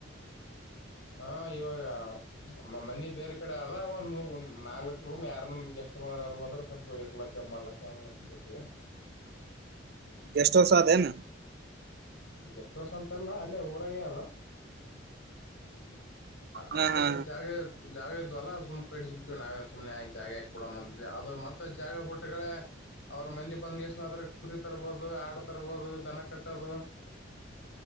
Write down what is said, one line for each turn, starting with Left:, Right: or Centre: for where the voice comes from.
Right: <inaudible>
Left: ಹಾ ಇವಾಗ. ಅಮ್ಮ ಮನಿ ಬೇರೆ ಕಡೆ ಆದ ಅವ ಒಂದ್ ನಾಲ್ಕಕ್ ರೂಮ್ ಯಾರ್ನ್ ಗೆಸ್ಟ್ ಬಂದ್ರ ಅದು ಬಂದ್ರೆ ಸ್ವಲ್ಪ ಇರ್ಲಕ್ಕ. ಮಾಡಲಕ ಅದ ಆಗ್ತೈತಿ.
Right: ಗೇಸ್ಟ ಹೌಸ್ ಆದ ಎನ್.
Left: ಗೆಸ್ಟ್ ಹೌಸ್ ಅಂತಲ್ಲ ಅಲ್ಲೇ ಊರಗೆ ಆದ. ಅ
Right: ಹಾ
Left: ಕಡೆ
Right: ಹಾ
Left: ಈ ಕಡೆ ಜಾಗ ಜಾಗ. ಇದು ಅಲ್ಲ ಸುಮ್ ಕಟಿಸಿ ಬಿಡ್ತೀವಿ ನಾವೇ ಸುಮ್ನೆ ಯಾಕ ಜಾಗ ಯಾಕ ಬಿಡನ <unintelligible> ಅದು ಮತ್ತೆ ಜಾಗ ಬಿಟ್ಟುಗಳೇ. ಅವ್ರ ಮಂದಿ ಬಂದ್ ಇಳಿಸಿ ಹೋದ್ರ ಕುರಿ ತರ್ಬೋದು ಆಡ್ ತರ್ಬೋದು ದನ ಕಟ್ಟೋದು.